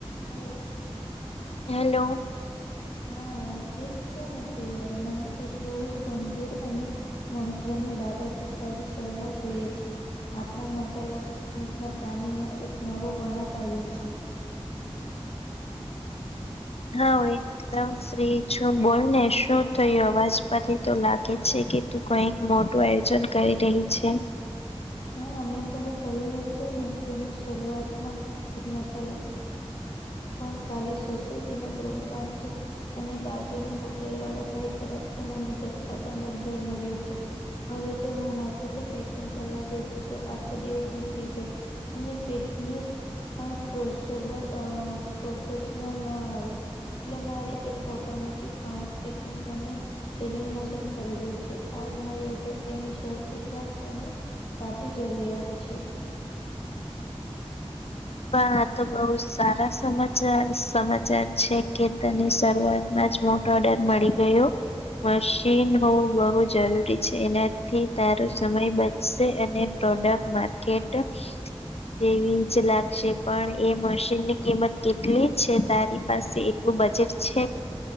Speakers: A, on the left; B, on the left.
A: Hello
B: hello
A: હ fridge છે ને તું યાર મને એક બહુ જ ગંભીર અને મહત્વની બાબતે તારી સલાહ જોઈએ છે આપણા મસાલા બિઝનેસ ના પ્લાનિંગમાં એક નવો વણાક આવ્યો છે
B: હા હોય એકદમ ફ્રી છું બોલ ને શું થયું અવાજ પરથી તો લાગે છે કે તું કઈક મોટું આયોજન કરી રહી છે
A: હા મે તને કહ્યું હતું ને કે હું શરૂઆતમાં એક મસાલા પ પણ કાલે સોસાયટી ના ગ્રુપમાંથી અને બાજુની હોટેલવાળા ભાઈ તરફથી મને જથ્થાબંધ ઓર્ડર મળ્યો છે હવે જો હું હાથેથી પેકિંગ કરવા બેસું તો આખો દિવસ નીકળી જાય અને ફિટનિસ પણ પ્રોસેબલ અ પ્રોફેશનલ ન આવે એટલે મારે એક ઓટોમેટિક પાઉચ પેકિંગ અને સીલિંગ મશીન ખરીદ્યું છે આજ મારી અગત્યની સૌથી ખાસ અને તાતે જરૂરીયાત છે
B: પણ આ તો બહુ સારા સમાચાર સમાચાર છે કે તને શરૂઆત માજ મોટો ઓર્ડર મળી ગયો મશીન હોવું બહુ જરૂરી છે એનાથી તારો સમય બચશે અને પ્રોડક્ટ માર્કેટ જેવી જ લાગ સે પણ એ મશીન ની કિંમત કેટલી છે તારી પાસે એટલું બજેટ છે